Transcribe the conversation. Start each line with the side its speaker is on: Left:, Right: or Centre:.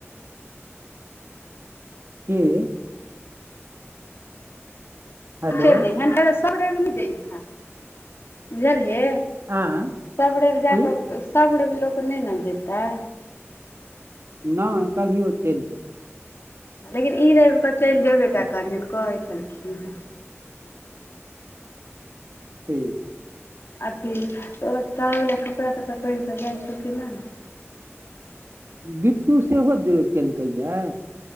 Right: कीऽ हेलो
Left: चेल जइहन फेर सब रेब नइ जइहे बुझलिहि
Right: आँय
Left: सब रेब जा
Right: की
Left: कऽ सब रेब लोक नय ने जेतै
Right: नय कहीयो चेल जेते
Left: लेकिन ई रवि कऽ चेल जेयबे
Right: हूँ,
Left: कै करहन कहै छलखिन हेँ
Right: ठीक
Left: अथी तोहर वला कपड़ा तपड़ा पहिर के जाइ छौ कि नय
Right: बिट्टू सेहो ज केलकै यै